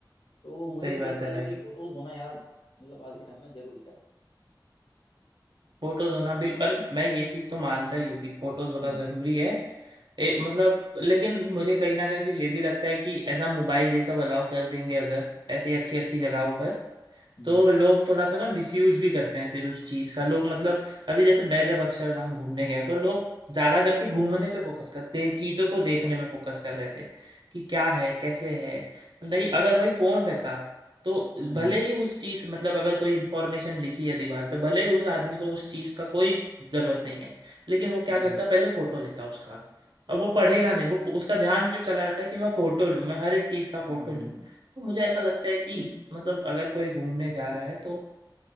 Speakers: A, on the left; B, on the right.
A: तो मुझे
B: सही
A: तो
B: बात
A: लगता
B: है
A: है
B: भाई
A: कि फोटोज होना यार मतलब आज के टाइम में जरूरी है भाई
B: फोटोज होना बिल्कुल अरे मैं ये चीज तो मानता ही हूँ कि फोटोज होना
A: हम्म
B: जरूरी है ए, मतलब लेकिन मुझे कहीं ना कहीं फिर ये भी लगता है कि ऐसा मोबाइल ये सब अलाउ कर देंगे अगर ऐसी अच्छी अच्छी जगहों पर
A: हम्म
B: तो लोग थोड़ा सा ना मिसयूज भी करते हैं फिर उस चीज का लोग मतलब अभी जैसे मैं जब अक्षरधाम घूमने गया तो लोग ज्यादा करके घूमने पे फोकस करते चीजों को देखने में फोकस कर रहे थे कि क्या है कैसे है नहीं अगर वही फोन रहता तो
A: हम्म
B: भले ही उस चीज मतलब अगर कोई इंफॉर्मेशन लिखी है दीवार पे भले ही उस आदमी को उस चीज का कोई जरूरत नहीं है लेकिन वो क्या
A: हम्म
B: करता पहले फोटो लेता उसका अब वो पढ़ेगा नहीं वो उसका ध्यान फिर चला जाता है कि मैं फोटो लूं मैं हर एक चीज का फोटो
A: हम्म हम्म,
B: लूं
A: हम्म।
B: तो मुझे ऐसा लगता है कि मतलब अगर कोई घूमने जा रहा है तो